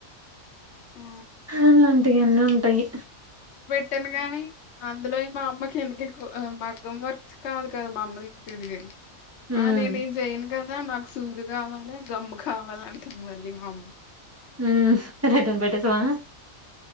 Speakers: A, on the left; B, on the right.
A: ఆ
B: అలాంటివి అన్నీ ఉంటాయి
A: ట్టాను గాని అందులో మా అమ్మకి ఎందుకి మగ్గం వర్క్స్ కాదు కదా మా అమ్మ తెచ్చేది
B: ఉమ్
A: ఆ నేను ఈజైన్ కదా నాకు సూదు కావాలి, గమ్ము కావాలి అంటుంది మళ్ళీ మా అమ్మ
B: ఎండ పెడ్తాంది బయట చవా